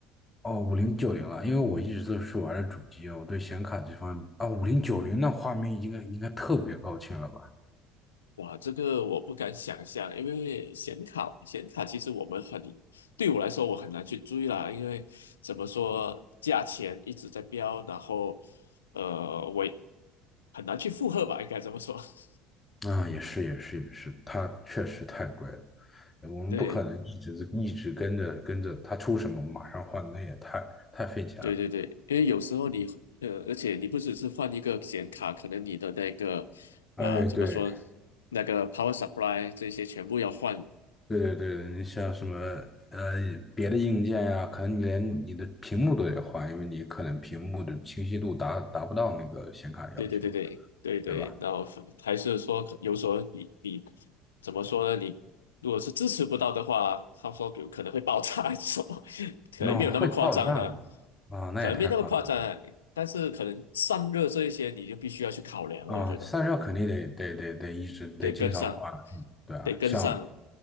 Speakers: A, on the left; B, on the left.
A: 哦，五零九零了。因为我一直都是玩的主机，我对显卡这方面啊，五零九零那画面应该应该特别高清了吧？
B: 哇，这个我不敢想象，因为显卡显卡其实我们很，对我来说我很难去追啦，因为怎么说价钱一直在飙，然后呃我也很难去负荷吧，应该这么说。<laughs>
A: 啊，也是也是也是，它确实太贵了。我们不可能一直一直跟着跟着它出什么马上换，
B: 对
A: 那也太太费钱了。
B: 对对对，因为有时候你呃，而且你不只是换一个显卡，可能你的那个呃怎么说
A: 哎，对，
B: 那个 power supply 这些全部要换，
A: 对对对，你像什么呃别的硬件呀、可能你连你的屏幕都得换，因为你可能屏幕的清晰度达达不到那个显卡的要求，
B: 对对对对对对，
A: 对吧？
B: 然后还是说可，有所候你你怎么说呢？你如果是支持不到的话，他说有可能会爆炸还是什么，<laughs> 可能没有那么夸张的，
A: 那会爆炸啊，那也太夸张
B: 可能没那么夸张啊，但是可能散热这一些你就必须要去考量了，
A: 啊，
B: 我觉得
A: 散热肯定得得得得一直得经常换，
B: 得跟上，
A: 嗯对啊，
B: 得跟上，
A: 像，